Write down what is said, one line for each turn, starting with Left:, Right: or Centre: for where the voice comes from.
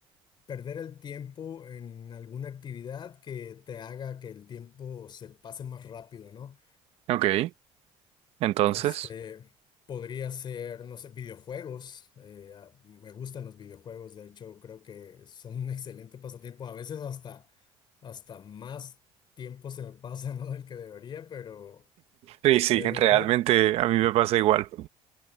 Left: Perder el tiempo en alguna actividad que te haga que el tiempo se pase más rápido, ¿no?
Right: Ok, entonces.
Left: Este, podría ser, no sé, videojuegos. eh, a- me gustan los videojuegos, de hecho, creo que son un excelente pasatiempo. A veces hasta, hasta más tiempo se me pasa, ¿no? Del que debería, pero,
Right: Sí, sí,
Left: pero
Right: realmente
Left: creo que
Right: a mí me pasa igual.